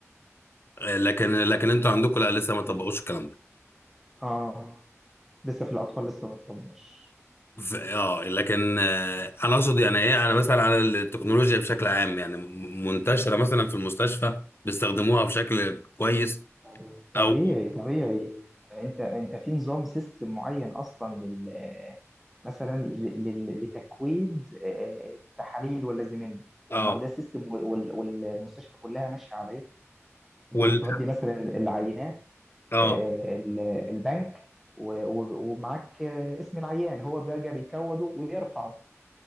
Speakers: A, on the left; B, in the centre.
A: لكن لكن انتوا عندكم لا لسه ما طبقوش الكلام ده
B: اه لسه في الاطفال لسه ما اتطبقش
A: ف- اه لكن آه، انا اقصد يعني ايه انا بسأل على التكنولوجيا بشكل عام يعني م- منتشرة مثلا في المستشفى بيستخدموها بشكل كويس
B: طب- طبيعي
A: او اه
B: طبيعي انت انت في نظام سيستم معين اصلا لل مثلا ل- لل- لتكويد آه، تحاليل ولا زي منه
A: آه،
B: طب ما هو ده سيستم وال- والمستشفى كلها ماشيه عليه انت
A: وال
B: بتودي مثلا العينات
A: اه
B: آه، ال- البنك و- و- ومعاك آه، اسم العيان هو بقى بيكوده ويرفعه